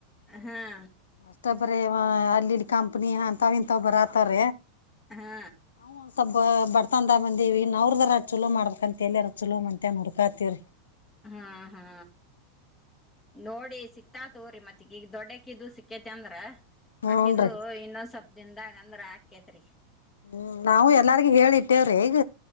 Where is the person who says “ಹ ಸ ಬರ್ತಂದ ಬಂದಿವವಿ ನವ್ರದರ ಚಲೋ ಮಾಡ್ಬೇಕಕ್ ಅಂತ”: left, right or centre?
Left